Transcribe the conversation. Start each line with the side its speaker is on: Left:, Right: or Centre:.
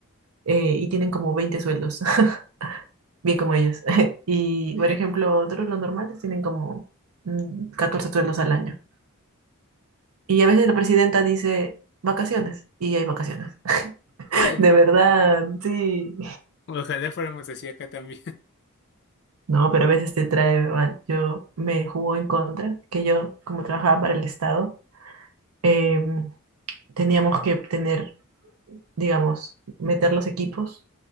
Right: eh, y tienen como 20 sueldos, <laughs> bien como ellos. <laughs> Y,
Left: <laughs>
Right: por ejemplo, otros, los normales, tienen como mm, 14 sueldos al año. Y a veces la presidenta dice vacaciones y hay vacaciones. <laughs>
Left: Órale,
Right: De verdad, sí.
Left: ojalá fuéramos así acá también. <laughs>
Right: No, pero a veces te trae mal. Yo me jugó en contra, que yo, como trabajaba para el Estado, em, teníamos que tener, digamos, meter los equipos